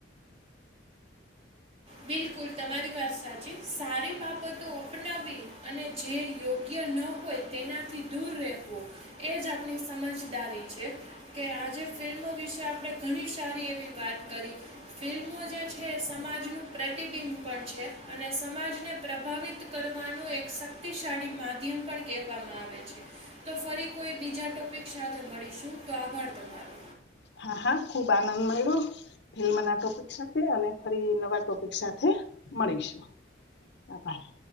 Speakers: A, on the right; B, on the left.
A: બિલકુલ. તમારી વાત સાચી સારી બાબતો અપનાવી અને જે યોગ્ય ન હોય તેનાથી દૂર રહેવું એ જ આપણી સમજદારી છે કે આજે ફિલ્મો વિશે આપણે ઘણી સારી એવી વાત કરી ફિલ્મો જે છે સમાજનું પ્રતિબિંબ પણ છે અને સમાજને પ્રભાવિત કરવાનું એક શક્તિશાળી માધ્ય પણ કહેવામાં આવે છે તો ફરી કોઈ બીજા ટોપિક સાથે મળીશું તો આભાર તમારો.
B: હા હા. ખુબ આનંદ મેયળો ફિલ્મના ટોપિક સાથે અને ફરી નવા ટોપિક સાથે મળીશું. <inaudible>